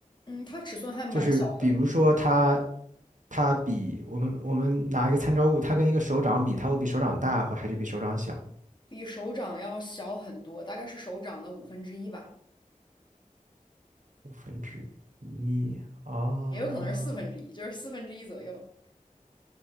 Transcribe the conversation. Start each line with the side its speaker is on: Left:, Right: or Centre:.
Left: 嗯，它尺寸还蛮小的，
Right: 就是比如说它，它比我们我们拿一个参照物，它跟一个手掌比，它会比手掌大，或还是比手掌小？
Left: 比手掌要小很多，大概是手掌的五分之一吧，
Right: 五分之一啊？
Left: 也有可能是四分之一，就是四分之一左右。